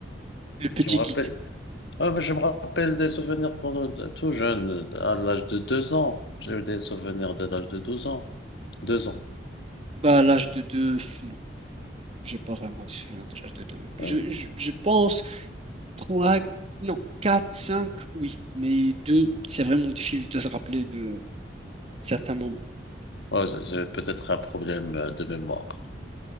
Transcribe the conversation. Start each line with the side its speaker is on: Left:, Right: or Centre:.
Right: le petit
Left: Je me rappelle
Right: guide.
Left: Ah, mais je me rappelle des souvenirs pour nous, de- tout jeune, à l'âge de deux ans. J'ai eu des souvenirs de l'âge de 12 ans. Deux ans,
Right: Bah, à l'âge de deux, non, j'ai pas vraiment des souvenirs de l'âge de deux. Je,
Left: oui.
Right: je, je pense trois, non, quatre, cinq, oui, mais deux, c'est vraiment difficile de se rappeler de certains moments.
Left: Ouais, j'ai j'ai peut-être un problème euh, de mémoire.